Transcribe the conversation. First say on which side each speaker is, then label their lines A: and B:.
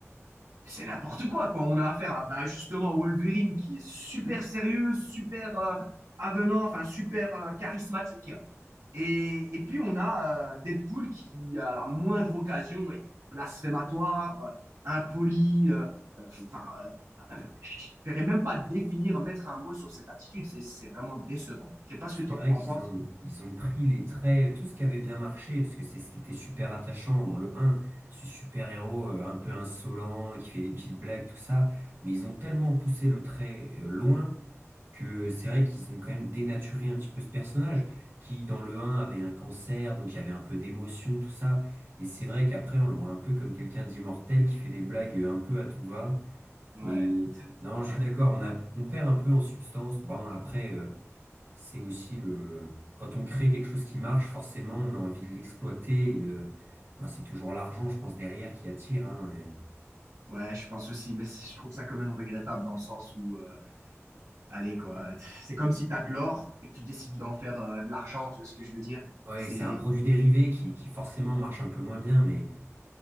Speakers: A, on the right; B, on the right.
A: c'est n'importe quoi, quoi. On a affaire à bah, justement Wolverine qui est super sérieux, super euh, avenant, enfin super euh, charismatique. Et, et puis on a euh, Deadpool qui, à la moindre occasion, est blasphématoire, euh, impoli. euh, euh, Enfin, euh, je ne saurais même pas définir, mettre un mot sur cette attitude. C'est c'est vraiment décevant. Je sais pas ce
B: C'est
A: que toi
B: vrai
A: t'en
B: qu'ils
A: penses.
B: ont, ils ont pris les traits, tout ce qui avait bien marché, parce que c'est ce qui était super attachant dans le un ce super-héros euh, un peu insolent, qui fait des petites blagues, tout ça, mais ils ont tellement poussé le trait euh, loin que c'est vrai qu'ils ont quand même dénaturé un petit peu ce personnage, qui dans le un avait un cancer, donc il y avait un peu d'émotion, tout ça, et c'est vrai qu'après on le voit un peu comme quelqu'un d'immortel qui fait des blagues euh, un peu à tout va,
A: Ouais,
B: et non, je
A: ouais,
B: suis d'accord, on a, on perd un peu en substance, bon après... euh, c'est aussi le... Quand on crée quelque chose qui marche, forcément, on a envie de l'exploiter et de... Moi, c'est toujours l'argent, je pense, derrière qui attire. Hein, et-
A: ouais, je pense aussi, mais je trouve ça quand même regrettable dans le sens où euh, Allez, quoi. C'est comme si tu as de l'or et que tu décides d'en faire euh, de l'argent, tu vois ce que je veux dire?
B: Ouais,
A: C'est
B: c'est un produit dérivé qui, qui forcément marche un peu moins bien, mais